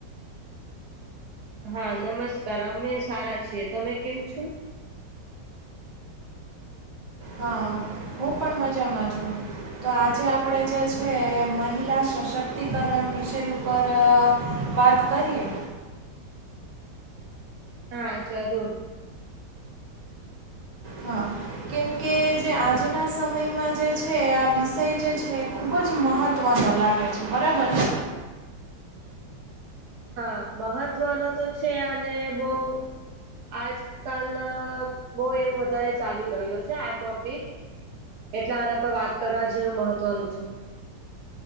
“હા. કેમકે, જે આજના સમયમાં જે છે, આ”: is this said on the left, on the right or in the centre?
Right